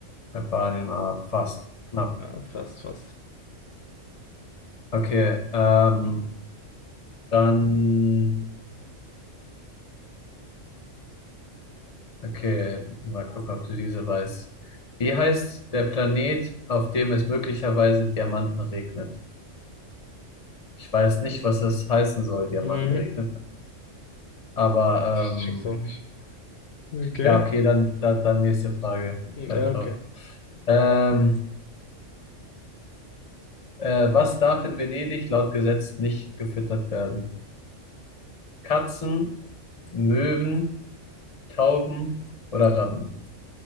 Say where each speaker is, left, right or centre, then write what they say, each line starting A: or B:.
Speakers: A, on the left; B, on the left.
A: Albanien, ah, fast. Knapp.
B: Ja, fast, fast.
A: Okay, ähm, dann. Okay, mal gucken, ob du diese weißt. Wie heißt der Planet, auf dem es möglicherweise Diamanten regnet? Ich weiß nicht, was das heißen soll, Diamanten
B: Mhm.
A: regnet. Aber
B: Ich
A: ähm,
B: check's auch nicht. Okay.
A: ja, okay, dann, dann, dann nächste Frage.
B: Ja,
A: Scheiß drauf.
B: okay.
A: Ähm, äh, was darf in Venedig laut Gesetz nicht gefüttert werden? Katzen, Möwen, Tauben oder Ratten?